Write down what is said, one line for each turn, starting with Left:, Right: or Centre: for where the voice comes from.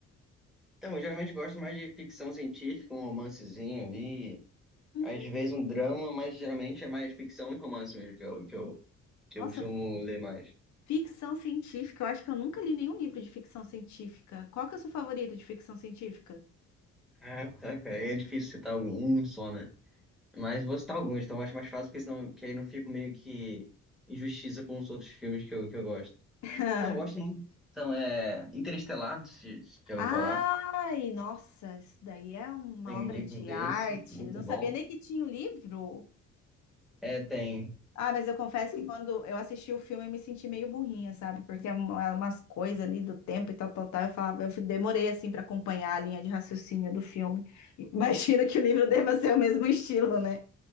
Centre: Então, eu geralmente gosto mais de ficção científica, um romancezinho ali,
Left: Hum,
Centre: às vezes um drama, mas geralmente é mais ficção e romance mesmo que eu, que eu, que
Left: Nossa,
Centre: eu costumo ler mais.
Left: ficção científica. Eu acho que eu nunca li nenhum livro de ficção científica. Qual que é o seu favorito de ficção científica?
Centre: Ah, tá, cara, é difícil citar um um só, né? Mas vou citar alguns, então eu acho mais fácil, porque senão que aí não fico meio que injustiça com os outros filmes que eu, que eu gosto.
Left: <laughs>
Centre: Então, eu gosto muito. Então, é Interestelar, se, se já ouviu
Left: Ai,
Centre: falar.
Left: nossa, isso daí é uma
Centre: Tem um
Left: obra
Centre: livro
Left: de
Centre: desse,
Left: arte.
Centre: muito
Left: Eu Não
Centre: bom.
Left: sabia nem que tinha o livro.
Centre: É, tem.
Left: Ah, mas eu confesso que quando eu assisti o filme eu me senti meio burrinha, sabe? Porque é uma- umas coisas ali do tempo e tal, tal, tal. Eu falava, eu demorei assim para acompanhar a linha de raciocínio do filme. Imagino que o livro deva ser o mesmo estilo, né?